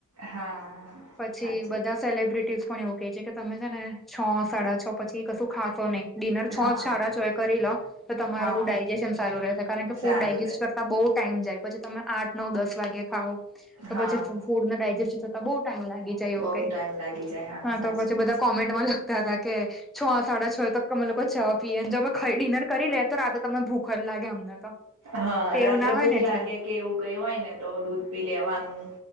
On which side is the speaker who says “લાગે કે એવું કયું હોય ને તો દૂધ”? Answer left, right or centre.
Right